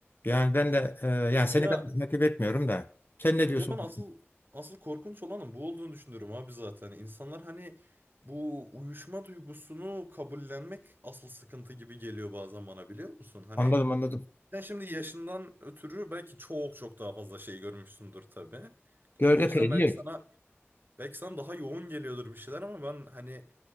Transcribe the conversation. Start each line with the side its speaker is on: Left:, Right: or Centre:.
Left: Yani ben de e, yani
Right: Ya
Left: seni kadar takip etmiyorum da. Sen ne diyorsun?
Right: ya ben asıl asıl korkunç olanın bu olduğunu düşünüyorum abi zaten. İnsanlar hani bu uyuşma duygusunu kabullenmek asıl sıkıntı gibi geliyor bazen bana biliyor musun? Hani
Left: Anladım anladım.
Right: sen şimdi yaşından ötürü belki çok çok daha fazla şey görmüşsündür tabii.
Left: Gör
Right: O
Left: epey
Right: yüzden belki
Left: diyor.
Right: sana belki sana daha yoğun geliyordur bir şeyler ama ben hani